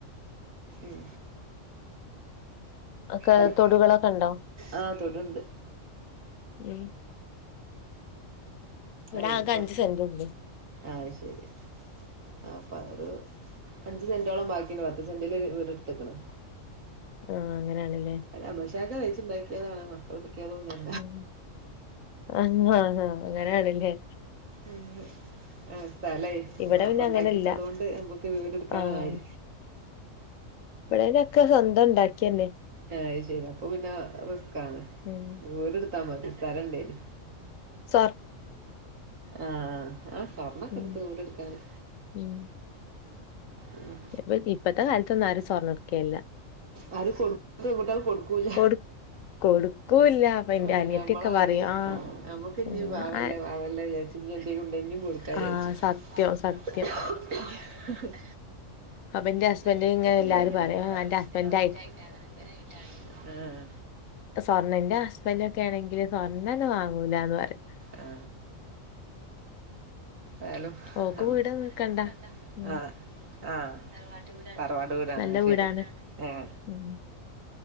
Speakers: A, on the right; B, on the left.
A: ഉം
B: അക്ക
A: അൽ-
B: തൊടുകളൊക്കെ ഇണ്ടോ
A: ആ തൊടുണ്ട്
B: ഉം ഇവിടെ
A: ഔ
B: ആകെ
A: കൊർ
B: അഞ്ച് സെന്റുള്ളൂ
A: അയ് ശരി ആപ്പ ഒരു അഞ്ച് സെന്റോളം ബാക്കിണ്ട് പത്ത് സെന്റില് വീടട്ത്ത്ക്ക്ണ്
B: ആ അങ്ങനെണ് ലെ
A: അമഷാക്ക നയിച്ചുണ്ടാക്കിയതാണ് മക്കള് ഇണ്ടാക്കിയാതൊന്ന
B: ഉം അങ്ങനെണ് ലെ
A: ഉം സ്ഥലേ
B: ഇവിടെ
A: ബാപ്പ
B: പിന്നെ
A: ഇണ്ടാക്കിട്ടതൊണ്ട്
B: അങ്ങനെല്ല
A: നമ്മക്ക് വീട് ഇട്ക്കാനായി
B: ആഹ് ഇവിടെലൊക്കെ സ്വന്തം ഇണ്ടാക്കിയന്നെ
A: അയ് ശരി അപ്പൊ പിന്നെ റിസ്കാണ്
B: ഉം
A: വീട് ട്ത്താ മതി സ്ഥലണ്ടേനി
B: സ
A: ആ ആ സ്വർണൊക്കെ
B: ഉം
A: ഇട്ത്ത് വീട് ഇട്ക്കാന്
B: ഉം
A: ഉം
B: ഇപ്പ ഇപ്പത്തെ കാലത്തൊന്നും ആരും സ്വർണ്ണ എടുക്കേല്ല
A: ആരും കൊടുക്കൂ പെൺകുട്ടിയള് കൊടുക്കൂല
B: കൊടു കൊടുക്കൂല്ല അപ്പൊ എന്റെ
A: ആ
B: അനിയത്തിയൊക്കെ
A: ഞമ്മളാരി
B: പറയും ആ
A: നമ്മക്ക് ഇഞ്ഞി
B: ഉം,
A: പാവല്ലേ
B: ആ
A: പാവല്ലേ വിജാ ഇനിം എന്തേലും ഉണ്ടേ ഇനിം കൊടുക്കാ വിചാരിച്ചു
B: ആ സത്യം സത്യം
A: സത്യം.
B: അപ്പൊ എന്റെ
A: അവന്റെ
B: ഹസ്ബൻഡ്
A: <unintelligible>
B: ഇങ്ങനെ എല്ലാരും
A: അമ്മേന്റെ
B: പറയും ആ അന്റെ ഹസ്ബൻഡ്
A: ആയിട്ടാണ് അങ്ങനായിട്ടാണ്. ആഹ്.
B: സ്വർണേന്റെ ഹസ്ബന്റ് ഒക്കെ ആണെങ്കില് സ്വർണ്ണ ഒന്നും വാങ്ങൂലാന്ന് പറയും.
A: ആ ആയാലും
B: ഓക്ക്
A: ദൂരം
B: വീടൊന്നും വെക്കണ്ട
A: നിക്കണ്ട
B: ഉം
A: ആഹ്. ആഹ് തറവാട്ട് വീടാണ് തറവാട്ടു വീടാണ്
B: നല്ല
A: അയ് ശരി
B: വീടാണ്
A: ഏഹ്.
B: ഉം